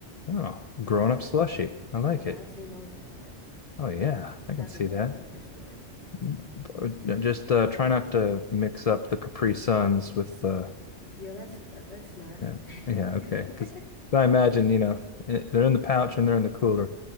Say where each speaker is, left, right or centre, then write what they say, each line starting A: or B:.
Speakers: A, on the left; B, on the left.
A: Oh, grown-up
B: yeah,
A: slushy. I like
B: yep.
A: it.
B: I've seen those a lot.
A: Oh yeah,
B: They
A: I
B: have
A: can see
B: them right
A: that.
B: at the liquor store.
A: Mm, but Just uh, try not to mix up the Capri Suns with uh
B: Yeah, that's that's not
A: yeah. Yeah,
B: <laughs>
A: okay. Because I imagine, you know, eh, they're in the pouch and they're in the cooler.